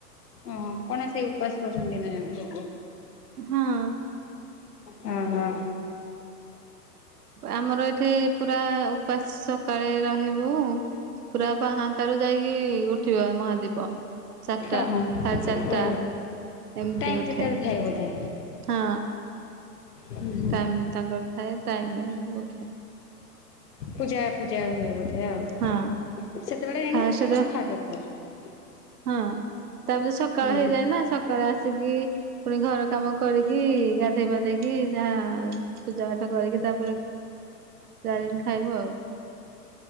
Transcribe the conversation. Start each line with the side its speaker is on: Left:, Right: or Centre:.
Left: ଓ କଣ ସେଇ ଉପାସ ରୋହୁଛନ୍ତି ଦିନ ଜାଙ୍କ।
Right: ହଁ।
Left: ହଁ ହଁ।
Right: ଆମର ଏଠି ପୁରା ଉପାସ ସକାଳେ ରହିବୁ। ପୁରା ପହାତା ରୁ ଯାଇକି। ଉଠିବ ମହାଦୀପ ଚାରିଟା
Left: ଓହୋ
Right: ସାଢେ ଚାରିଟା
Left: ଓ
Right: ଏମିତି
Left: ଟାଇମ୍
Right: ଉଠେ।
Left: ଯେତେବେଳେ ଥାଏ ବୋଧେ?
Right: ହଁ
Left: ହୁଁ ହୁଁ
Right: ଟାଇମ ତାଙ୍କର ଥାଏ ଟାଇମ। ଉଠେ
Left: ପୂଜା ଫୂଜା ହୁଏ ବୋଧେ ଆଉ
Right: ହଁ।
Left: ସେତେବେଳେ
Right: ଫାଷ୍ଟ
Left: ଯି ଆପଣ
Right: ଦେ
Left: ଜାଇକି ଖାଆ ପିଅ କରନ୍ତି।
Right: ହଁ। ତାପରେ ସକାଳ
Left: ହୁଁ
Right: ହେଇଯାଏ ନା ସକାଳେ ଆସିକି ପୁଣି ଘର କାମ କରିକି ଗାଧୋଇପାଧ। ପାଧିକି ଯାହା ପୂଜା ପାଠ କରିକି ତାପରେ। ଯାହା ଯେମିତି ଖାଇବୁ ଆଉ